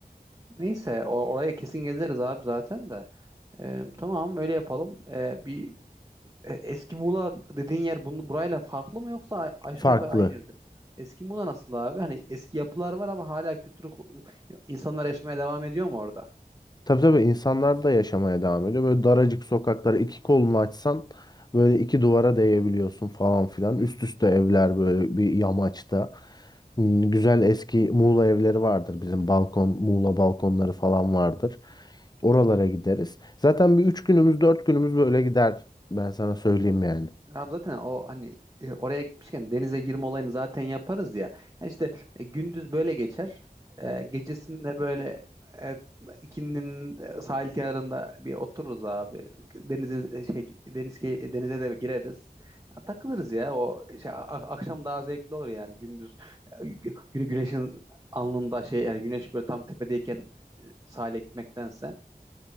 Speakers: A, on the right (about 20°); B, on the left (about 25°).
A: Neyse o- oraya kesin gezeriz abi zaten de. Ee, tamam öyle yapalım. Ee, bir E, Eski Muğla dediğin yer bunu, burayla farklı mı yoksa a- aşağı
B: farklı.
A: yukarı aynı yerde mi? Eski Muğla nasıl abi? Hani eski yapılar var ama hala kültürü insanlar yaşamaya devam ediyor mu orada?
B: Tabii tabii insanlar da yaşamaya devam ediyor. Böyle daracık sokaklara iki kolunu açsan böyle iki duvara değebiliyorsun falan filan. Üst üste evler böyle bir yamaçta. Hmm, Güzel eski Muğla evleri vardır bizim balkon, Muğla balkonları falan vardır. Oralara gideriz. Zaten bir üç günümüz, dört günümüz böyle gider. Ben sana söyleyeyim yani.
A: Abi zaten o hani e, oraya gitmişken denize girme olayını zaten yaparız ya. Yani işte e, gündüz böyle geçer. E, gecesinde böyle e, ikindinin e, sahil kenarında bir otururuz abi. Denize e, şey, deniz key- denize de gireriz. Ya, takılırız ya. O şey, a- akşam daha zevkli olur yani gündüz e, gü- gü- güneşin alnında şey yani güneş böyle tam tepedeyken e, sahile gitmektense.